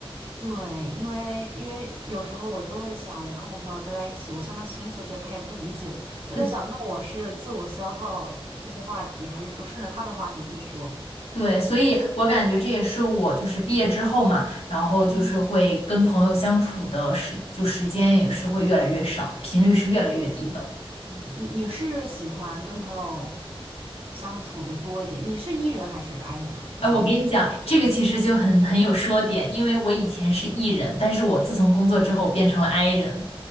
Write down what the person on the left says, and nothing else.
对
对，所以我感觉这也是我就是毕业之后嘛，然后就是会跟朋友相处的时，
就时间也是会越来越少，频率是越来越低的。
哎，我跟你讲，这个其实就很很有说点，因为我以前是 E 人，但是我自从工作之后变成了 I 人。